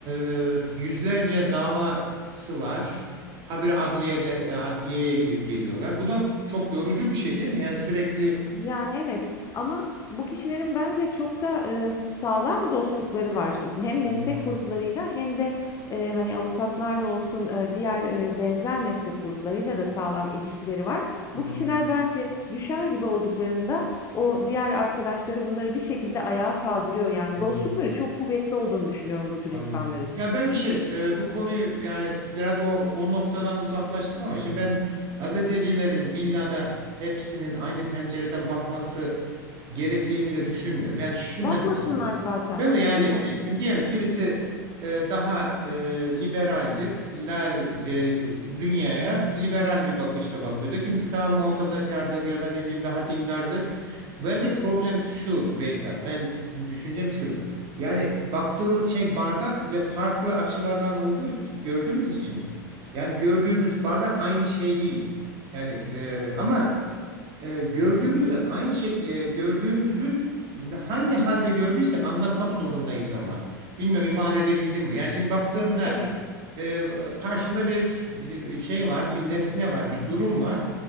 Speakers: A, on the right (about 40°); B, on the left (about 25°).
A: e, yüzlerce davası var. Habire adliyede e, adliyeye gidip geliyorlar. Bu da çok yorucu bir şey değil mi? Yani sürekli
B: Yani, evet ama bu kişilerin bence çok da, eee, sağlam dostlukları var. Hem meslek
A: Hmm.
B: gruplarıyla hem de, eee, hani, avukatlarla olsun, eee, diğer, eee, benzer meslek gruplarıyla da sağlam ilişkileri var.
A: Hmm.
B: Bu kişiler bence düşer gibi olduklarında o diğer arkadaşları bunları bir şekilde ayağa kaldırıyor. Yani
A: Bilmiyorum.
B: dostlukları çok kuvvetli olduğunu düşünüyorum bu tür
A: Anladım.
B: insanların.
A: Ya ben bir şey e, bu konuyu yani biraz o, o noktadan uzaklaştık ama şimdi ben gazetecilerin illa da hepsinin aynı pencereden bakması gerektiğini de düşünmüyorum. Yani şunu
B: Bakmasınlar
A: demek istiyorum.
B: zaten,
A: Değil mi? Yani
B: değil
A: e,
B: mi?
A: şimdi diyelim kimisi e, daha e, liberaldir. La, e, dünyaya liberal bir bakışla bakıyordu. Kimisi daha muhafazakardır ya da ne bileyim daha dindardır. Bence problem şu Beyza. Ben düşüncem şu. Yani baktığımız şey bardak ve farklı açılardan olduğu gördüğümüz için yani gördüğümüz bardak aynı şey değil. Yani e, ama e, gördüğümüzü aynı şekilde gördüğümüzü hangi halde gördüysek anlatmak zorundayız ama. Bilmiyorum ifade edebildim mi? Yani şimdi baktığımda
B: Evet.
A: e, karşımda bir bir şey var, bir nesne var, bir durum var.